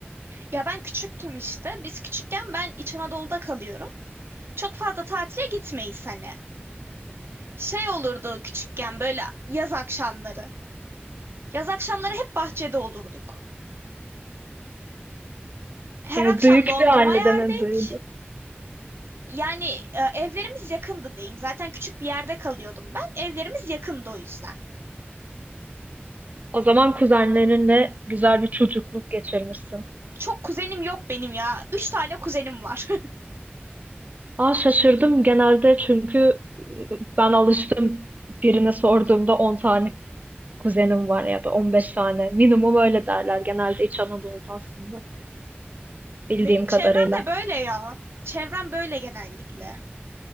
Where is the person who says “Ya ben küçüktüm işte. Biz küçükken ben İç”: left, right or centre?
Right